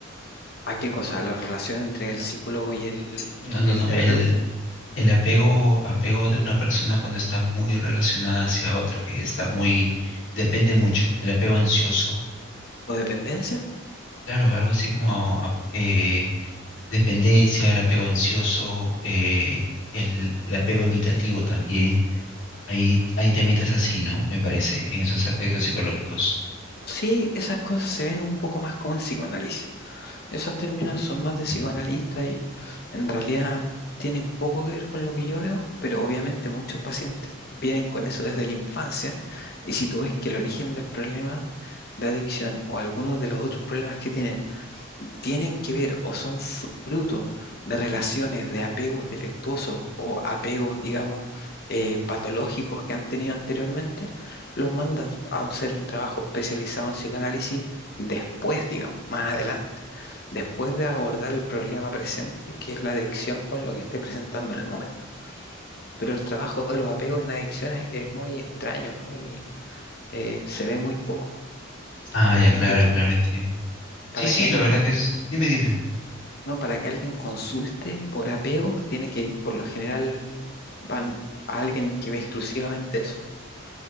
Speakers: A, on the left; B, on the left.
A: ¿A qué cosa? ¿La relación entre el psicólogo y el,
B: No,
A: y
B: no,
A: el
B: no,
A: terapeuta?
B: el, el apego, apego de una persona cuando está muy relacionada hacia otra, que está muy, depende mucho, el apego ansioso,
A: ¿Codependencia?
B: claro, algo así como... ah, eh, dependencia, el apego ansioso, eh, el, el apego evitativo también. Ahí, ahí temitas así, ¿no? Me parece, en esos aspectos psicológicos.
A: Sí, esas cosas se ven un poco más como en psicoanálisis. Esos términos son más de psicoanalista y en realidad tienen poco que ver con lo que yo veo, pero obviamente muchos pacientes vienen con eso desde la infancia y si tú ves que el origen del problema de adicción o algunos de los otros problemas que tienen tienen que ver o son fruto de relaciones de apegos defectuosos o apegos, digamos, eh, patológicos que han tenido anteriormente, los mandas a hacer un trabajo especializado en psicoanálisis después, digamos, más adelante, después de abordar el problema presente, que es la adicción con lo que esté presentando en el momento. Pero el trabajo de los apegos en adicciones es muy extraño, es muy, eh, se ve muy poco.
B: Ah,
A: La
B: ya,
A: gente
B: claro,
A: que,
B: claro, entiendo. Sí,
A: para
B: sí,
A: que alguien
B: la verdad que es. Dime, dime.
A: No, para que alguien consulte por apego, tiene que, por lo general, van a alguien que ve exclusivamente eso.